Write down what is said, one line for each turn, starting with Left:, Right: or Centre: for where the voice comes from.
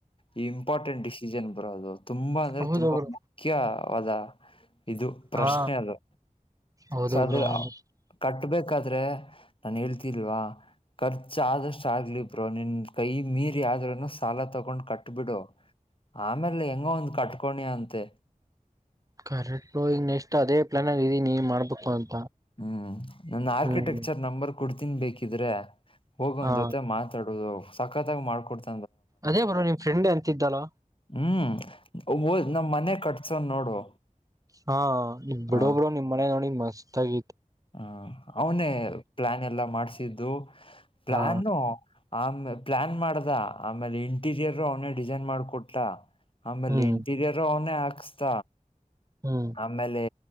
Left: ಈ ಇಂಪಾರ್ಟೆಂಟ್ ಡಿಸಿಷನ್ ಬರೋದು ತುಂಬಾ ಅಂದ್ರೆ
Right: ಹೌದು
Left: ತುಂಬಾ
Right: ಬ್ರೋ
Left: ಮುಖ್ಯವಾದ ಇದು ಪ್ರಶ್ನೆ
Right: ಹಾ
Left: ಅದು
Right: ಹೌದು
Left: ಸ ಅದ್ರ
Right: ಬ್ರೋ ಹೌದು
Left: ಕಟ್ಬೇಕಾದ್ರೆ ನಾು ಹೇಳ್ತಿಲ್ವಾ ಖರ್ಚ ಆದಷ್ಟ ಆಗ್ಲಿ ಬ್ರೋ ನಿನ್ ಕೈ ಮೀರಿ್ರೂನು ಸಾಲ ತಗೊಂಡ್ ಕಟ್ಟ ಕಟ್ಬಿಡು ಆಮೇಲೆ ಹೆಂಗ ಒಂದ್ ಕಟ್ಕೋಣಿ ಅಂತೆ
Right: ಕರೆಕ್ ಈ ನೆಕ್ಸ್ಟ್ ಅದೇ ಪ್ಲಾನ್ ಆಗೀ ನೀ ಮಾಡ್ಬೇಕು ಅಂತ
Left: ಹ್ಮ್ ನನ್ ಆರ್ಕಿಟೆಕ್ಚರ್
Right: ಹ್ಮ್
Left: ನಂಬರ್ ಕೊಡ್ತೀನ್ ಬೇಕಿದ್ರೆ ಹೋಗೊ ಅವ್ನ
Right: ಹಾ
Left: ಜೊತೆ ಮಾತಾಡುದು ಸಕ್ಕತ್ತಾಗಿ ಮಾಡ್ಕೊಡ್ತ.
Right: ಅದೇ ಬ್ರೋ ನಿಮ್ ಫ್ರೆಂಡ್ ಎಂತಿದ್ದಲ್ಲ.
Left: ಹ್ಮ್ ಹದ ನಮ್ ಮನೆ ಕಟ್ಸೋನ್ ನೋಡು.
Right: ಹಾ ಬಿಡು
Left: ಹ
Right: ಬ್ರೋ ನಿಮ್ ಮನೆ ನೋಡಿ ಮಸ್ತ್ ಆಗ.
Left: ಹ ಅವನೇ ಪ್ಲಾನ್ ಎಲ್ಲ ಮಾಡ್ಸಿದ್ದು. ಪ್ಲಾನ್
Right: ಹಾ
Left: ಆಮ. ಪ್ಲಾನ್ ಮಾಡ್ದ ಆಮೇಲೆ ಇಂಟೀರಿಯರ್ ಅವನೇ ಡಿಸೈನ್ ಮಾಡ್ಕೊಟ್ಟ. ಆಮೇಲೆ
Right: ಹ್ಮ್
Left: ಇಂಟೀರಿಯರ್ ಅವನೇ ಹಾಕ್ಸ್ತ
Right: ಹ್ಮ್
Left: ಆಮೇಲೆ.